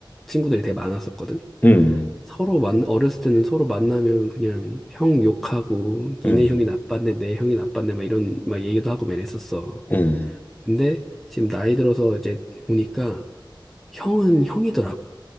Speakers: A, in the centre; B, on the left.
A: 친구들이 되게 많았었거든.
B: 응,
A: 서로 만, 어렸을 때는 서로 만나면 그냥 형 욕하고
B: 응,
A: 니네 형이 나빴네, 내 형이 나빴네 막 이런 막 얘기도 하고 막 이랬었어.
B: 응,
A: 근데 지금 나이 들어서 이제 보니까 형은 형이더라고.